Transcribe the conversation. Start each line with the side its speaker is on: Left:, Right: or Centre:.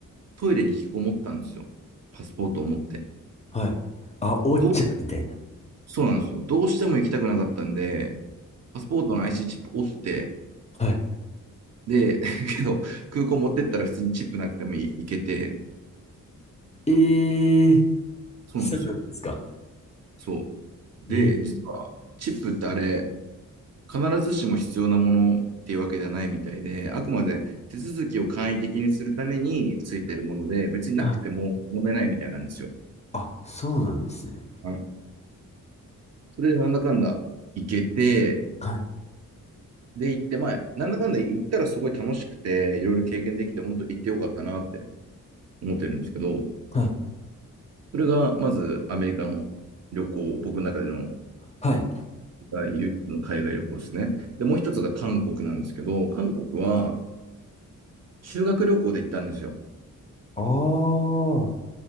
Right: トイレに引きこもったんですよ。パスポートを持って。
Left: はい。あ、おっちゃんみたいな。
Right: どう、そうなんですよ。どうしても行きたくなかったんで、パスポートの IC チップ折って、
Left: はい。
Right: で、<laughs> けど、空港持ってったら普通にチップなくても行けて、
Left: ええー、
Right: そうなんですよ。
Left: そうなんですか。
Right: そう。で、
Left: えー、
Right: 実は、チップってあれ、必ずしも必要なものっていうわけではないみたいで、あくまで手続きを簡易的にするためについてるもので、別になくても問題ないみたいなんですよ。
Left: はい。あ、そうなんですね。
Right: はい、それでなんだかんだ行けて、
Left: はい。
Right: で行って、まあ、なんだかんだ行ったらすごい楽しくて、いろいろ経験できて、本当行ってよかったなって思ってるんですけど、
Left: はい。
Right: それがまずアメリカの旅行、僕の中での
Left: はい。
Right: 唯一の海外旅行ですね。で、もう一つが韓国なんですけど、韓国は修学旅行で行ったんですよ。
Left: ああ。は